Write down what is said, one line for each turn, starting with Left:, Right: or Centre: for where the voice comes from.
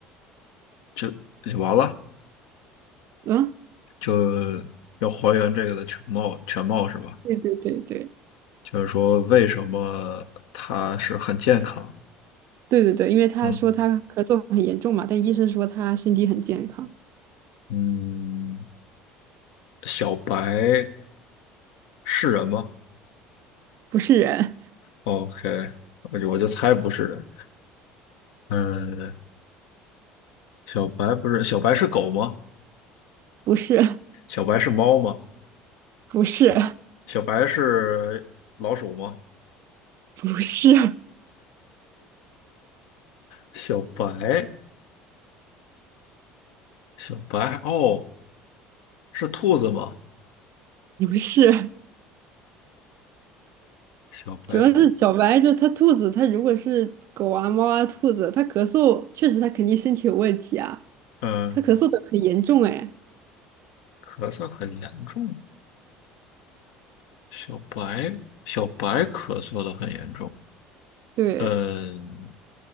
Left: 就就完了，
Right: 啊，
Left: 就要还原这个的全貌全貌是吧？
Right: 对对对对
Left: 就是说为什么它是很健康？
Right: 对对对，因为他说他咳嗽很严重嘛，
Left: 嗯
Right: 但医生说他身体很健康，
Left: 嗯，小白是人吗
Right: 不是人，
Left: ？OK，我就我就猜不是人，嗯。小白不是小白是狗吗？
Right: 不是，
Left: 小白是猫吗？
Right: 不是，
Left: 小白是老鼠吗？
Right: 不是。
Left: 小白小白哦，是兔子吗？
Right: 不是，
Left: 小白兔，
Right: 主要是小白，就是它兔子，它如果是狗啊、猫啊、兔子，它咳嗽，确实它肯定身体有问题啊，
Left: 嗯，
Right: 它咳嗽的很严重哎。
Left: 咳嗽很严重。小白小白咳嗽的很严重。
Right: 对，
Left: 嗯，